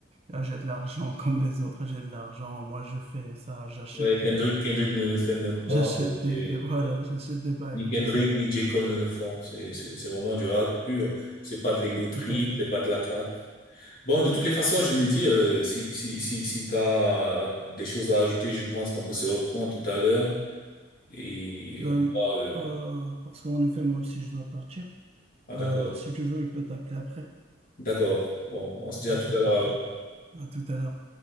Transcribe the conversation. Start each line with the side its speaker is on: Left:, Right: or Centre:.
Right: Ah, J'ai de l'argent <laughs> comme les autres, j'ai de l'argent. Moi, je fais ça, j'achète
Left: Ouais, Kendrick,
Right: des,
Left: Kendrick ne le fait même pas.
Right: j'achète
Left: Euh,
Right: des,
Left: et-
Right: <laughs> voilà, j'achète des bagues
Left: Ni
Right: et
Left: Kendrick,
Right: tout ça.
Left: ni J. Cole ne le font. C'est, c'est, c'est vraiment du rap pur. C'est pas de l'ego trip,
Right: Tout à fait.
Left: c'est pas de la trappe. Bon, de toutes les façons, je me dis, euh, si, si, si, si t'as des choses à ajouter, je pense qu'on peut se reprendre tout à l'heure et
Right: Ben
Left: on pourra,
Right: oui.
Left: euh,
Right: Euh, parce qu'en effet, moi aussi, je dois partir.
Left: ah d'accord.
Right: Euh, si tu veux, je peux t'appeler après.
Left: D'accord. Bon, on se dit
Right: Parfait,
Left: à tout à
Right: parfait.
Left: l'heure alors.
Right: À tout à l'heure.